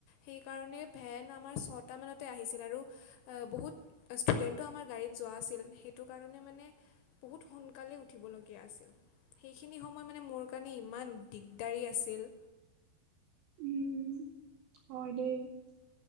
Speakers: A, on the left (about 80°); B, on the right (about 80°).
A: সেইকাৰণে ভেন আমাৰ ছটামানতে আহিছিল আৰু বহুত ষ্টুডেণ্টো আমাৰ গাড়ীত যোৱা আছিল সেইটো কাৰণে মানে বহুত সোনকালেই উঠিবলগীয়া আছিল। সেইখিনি সময় মানে মোৰ কাৰণে ইমান দিগদাৰী আছিল।
B: উম হয় দেই